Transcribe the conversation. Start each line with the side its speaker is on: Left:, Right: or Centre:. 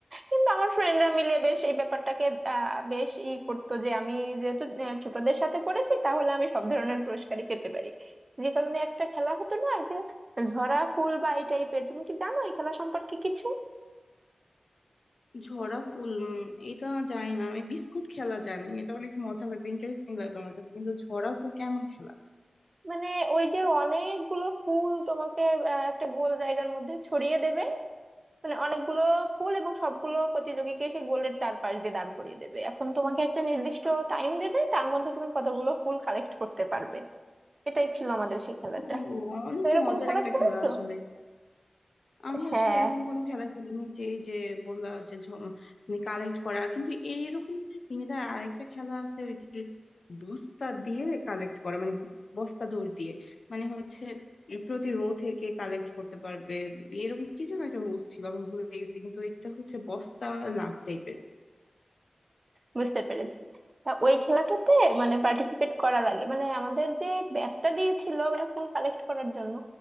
Right: কিন্তু আমার ফ্রেন্ডরা মিলে বেশ এই ব্যাপারটাকে আহ বেশ ই করতো যে আমি যেহেতু আহ, ছোটদের সাথে পড়েছি তাহলে আমি সব ধরনের পুরস্কারই পেতে পারি যে কারণে একটা খেলা হতো না এই যে ঝরা ফুল বা এই টাইপের তুমি কি জানো এই খেলা সম্পর্কে কিছু
Left: ঝরা ফুল উম, এটা জানি না আমি বিস্কুট খেলা জানি এটা অনেক মজা লাগবে ইন্টারেস্টিং লাগবে আমার কাছে কিন্তু ঝরা ফুল কেমন খেলা
Right: মানে ওই যে অনেকগুলো ফুল তোমাকে আহ, একটা গোল জায়গার মধ্যে ছড়িয়ে দেবে মানে অনেকগুলো পুল এবং সবগুলো প্রতিযোগীকে সেই গোলের চারপাশ দিয়ে দাঁড় করিয়ে দেবে এখন তোমাকে একটা নির্দিষ্ট টাইম দেবে তার মধ্যে তুমি কতগুলো ফুল কালেক্ট করতে পারবে এটাই ছিল আমাদের সেই খেলাটা
Left: ও অনেক
Right: তো এরকম
Left: মজার
Right: খেলা
Left: একটা
Right: খেলেছো
Left: খেলা আসলে আমি
Right: হ্যাঁ
Left: আসলে এরকম কোনো খেলা খেলিনি যে এই যে বললা যে ঝ- মানে কালেক্ট করা কিন্তু এইরকম সিমিলার আরেকটা খেলা আছে ওই যে বস্তা দিয়ে কালেক্ট করা মানে বস্তা দৌড় দিয়ে মানে হচ্ছে প্রতি রো থেকে কালেক্ট করতে পারবে এরকম কি যেন একটা রুলস ছিল আমি ভুলে গেছি কিন্তু এটা হচ্ছে বস্তা লাভ টাইপের
Right: বুঝতে পেরেছি তা ওই খেলাটাতে মানে পার্টিসিপেট করার আগে মানে আমাদের যে ব্যাগটা দিয়েছিল মানে ফুল কালেক্ট করার জন্য